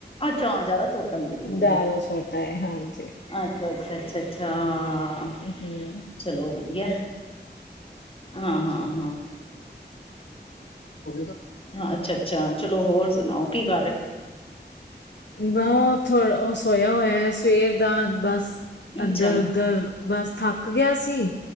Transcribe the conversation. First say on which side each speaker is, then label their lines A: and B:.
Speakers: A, on the left; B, on the left.
A: ਅੱਛਾ ਜਿਆਦਾ ਛੋਟਾ ਮਗਲੂ ਤੇ
B: ਜ਼ਿਆਦਾ
A: ਫਿਰ
B: ਛੋਟਾ ਹੈ ਹਾਂਜੀ
A: ਅਛ ਅੱਛਾ ਅੱਛਾ ਅੱਛਾ
B: ਹਮ
A: ਚਲੋ ਗਿਆ ਹਾਂ ਹਾਂ ਹਾਂ
B: ਹੋ
A: ਹਾਂ ਅੱਛਾ ਅੱਛਾ ਚਲੋ ਹੋਰ ਸੁਣਾਓ ਕੀ ਗ
B: ਬਥੋ ਉਹ ਸੋਇਆ ਹੋਇਆ ਸਵੇਰ ਦਾ ਬਸ
A: ਅੱਛਾ
B: ਇੱਧਰ ਉਧਰ ਬਸ ਥੱਕ ਗਿਆ ਸੀ